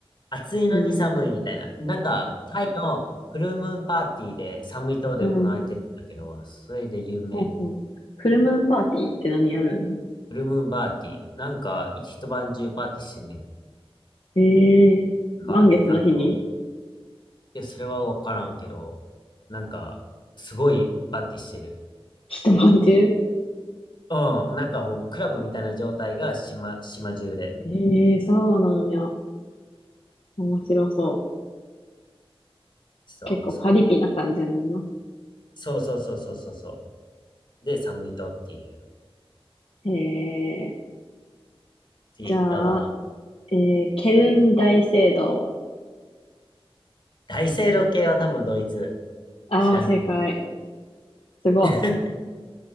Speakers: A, on the left; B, on the left.
A: 暑いのに寒いみたいな。
B: えー、
A: なんか、タイのフルムーンパーティーで寒い島で行われてるんだけど、
B: うん、
A: それで有名。
B: ほんほん。フルムーンパーティーって何やるの
A: フルムーンパーティー。なんか、一一晩中パーティーしてんねん。
B: えー、
A: なんか、
B: 満月の日に
A: あの、いや、それはわからんけど、なんか、すごいパーティーしてる。
B: 一晩中
A: うん、なんかもう、クラブみたいな状態が島、島中で。
B: ええそうなんや。面白そう。
A: そう、
B: 結構パリピな感じやねんな。
A: そう。そうそうそうそうそうそう。で、寒い島っていう。
B: へえ。
A: 次、
B: じゃあ、
A: どうぞ。
B: えー、ケルン大聖堂。
A: 大聖堂系は多分ドイツ。
B: ああ、
A: 知らんけど。
B: 正解。すご
A: <laughs>